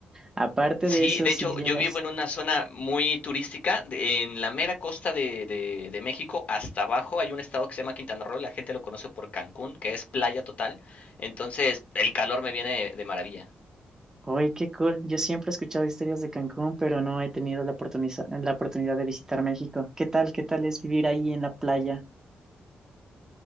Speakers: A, on the right; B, on the left.
A: Aparte
B: Sí,
A: de eso,
B: de
A: si
B: hecho,
A: llegas,
B: yo vivo en una zona muy turística, de- en la mera costa de, de- de México, hasta abajo hay un estado que se llama Quintana Roo, la gente lo conoce por Cancún, que es playa total, entonces el calor me viene de maravilla.
A: ¡ay, qué cool! Yo siempre he escuchado historias de Cancún, pero no he tenido la oportuniza- la oportunidad de visitar México. ¿Qué tal? ¿Qué tal es vivir ahí en la playa?